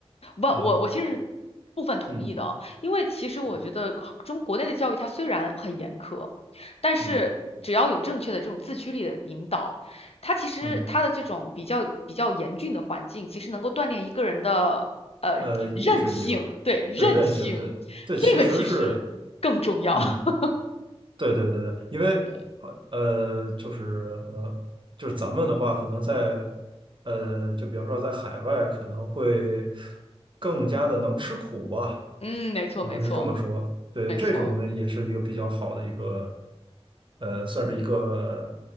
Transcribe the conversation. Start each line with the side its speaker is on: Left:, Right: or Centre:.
Left: 不，
Right: 呃，
Left: 我我其实是部分同意的啊，
Right: 嗯
Left: 因为其实我觉得中国内的教育它虽然很严苛，
Right: 嗯
Left: 但是只要有正确的这种自驱力的引导，
Right: 嗯
Left: 它其实它的这种比较比较严峻的环境，
Right: 嗯，
Left: 其实能够锻炼一个人的呃韧性，
Right: 呃，意志力吧，
Left: 对，韧性，
Right: 对，韧性，对对，
Left: 这个其实更重要。
Right: 其实是，嗯，
Left: <laughs>
Right: 对对对对，因为
Left: 对，
Right: 呃，就是呃，就是咱们的话，可能在呃，就比方说在海外，可能会更加的能吃苦吧，
Left: 嗯，没错，
Right: 可能是这么说，
Left: 没错，
Right: 对，
Left: 没错。
Right: 这种也是一个比较好的一个，呃，算是一个